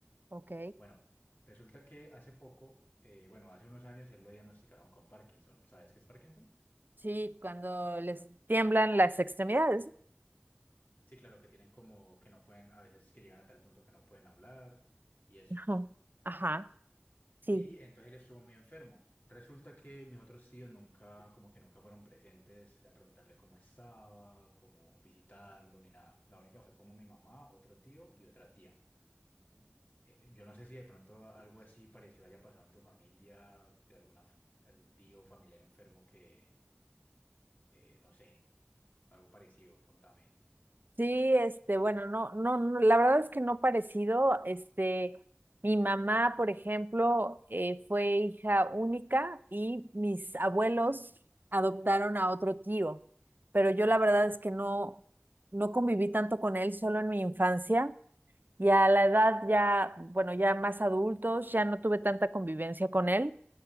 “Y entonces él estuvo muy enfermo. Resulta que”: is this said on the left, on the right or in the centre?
Left